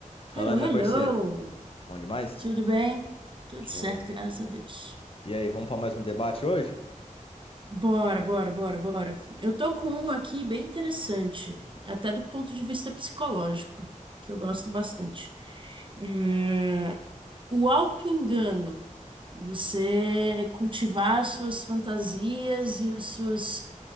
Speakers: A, on the left; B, on the right.
A: Fala
B: Hello,
A: aí, minha
B: hello!
A: parceira. Bom demais?
B: Tudo bem? Tudo
A: Show.
B: certo, graças a Deus.
A: E aí, vamos para mais um debate hoje?
B: Bora, bora, bora, bora. Eu tô com um aqui bem interessante, até do ponto de vista psicológico, que eu gosto bastante. É, O auto-engano. Você cultivar as suas fantasias e as suas